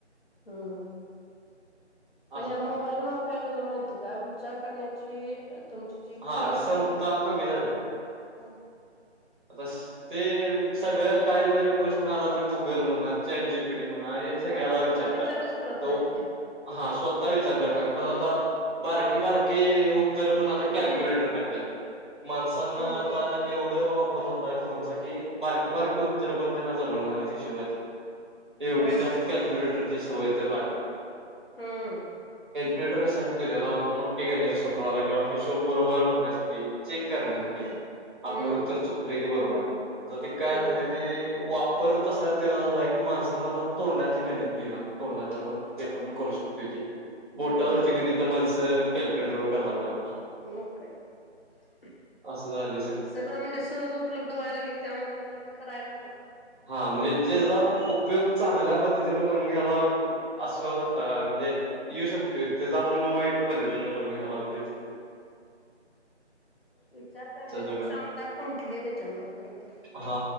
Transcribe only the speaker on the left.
हम्म आणि
अम्
बाहेर म काय झाला माहिती त काय विचार करण्याची तुमची जी क्षमता
आहे का
हो हो
हा स्वतः
विचारच करत नाहीत ते
खाली
हम्म
हो
ना
हम्म
हो ना हम्म
हम्म
हम्म
मग काही
सगळं म्हणजे सहज उपलब्ध व्हाय लागली त्यामुळे त्यांना ते करायच नं
पाहिजे
विचार करण्याची
क्षमता खुंटली त्याच्यामु खर तर